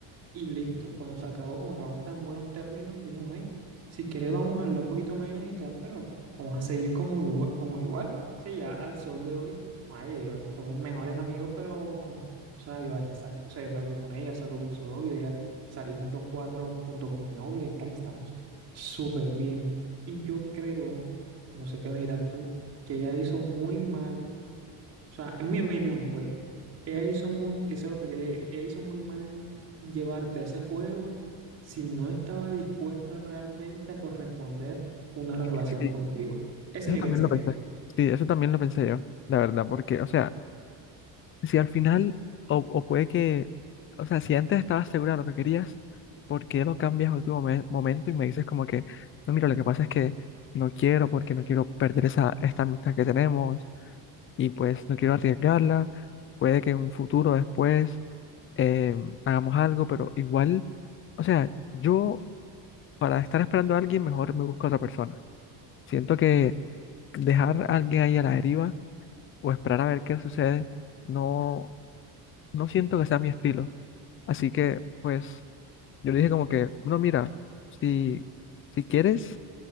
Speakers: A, on the right; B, on the left.
A: Y listo, cuando se acabó, como quedamos tan buenos términos, dijimos, ay, si quieres vamos a hablar un poquito menos y tal, pero vamos a seguir como igual, como igual. Sí, ya al sol de hoy, ay, yo- somos mejores amigos, pero, o sea, yo a veces salgo, o sea, yo salgo con ella, salgo con su novio, ya salimos los cuatro junto con mi novia y tal, estamos súper bien. Y yo creo, no sé qué me dirás tú, que ella hizo muy mal o sea, en mi opinión, pues, ella hizo muy, que eso es lo que quería ir, ella hizo muy mal en llevarte a ese juego si no estaba dispuesta realmente a corresponder una relación
B: Es que Sí,
A: contigo. Ese
B: eso
A: es mi
B: también
A: pensamiento.
B: lo pensé. Sí, eso también lo pensé yo, la verdad, porque, o sea, si al final, o, o puede que, o sea, si antes estabas segura de lo que querías, ¿por qué lo cambias al último me- momento y me dices como que, no, mira, lo que pasa es que no quiero porque no quiero perder esa, esta amistad que tenemos? y pues no quiero arriesgarla. Puede que en un futuro después eh, hagamos algo, pero igual, o sea, yo para estar esperando a alguien, mejor me busco a otra persona. Siento que dejar a alguien ahí a la deriva o esperar a ver qué sucede, no, no siento que sea mi estilo. Así que, pues, yo le dije como que, no, mira, si, si quieres,